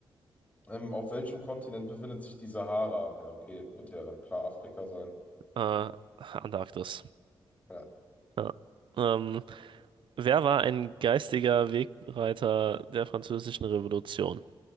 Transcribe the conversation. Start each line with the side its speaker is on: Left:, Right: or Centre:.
Left: Ähm, auf welchem Kontinent befindet sich die Sahara? Ja, okay, wird ja klar Afrika sein.
Right: Äh, Antarktis.
Left: Ja.
Right: Ja. Ähm, wer war ein geistiger Wegbereiter der Französischen Revolution?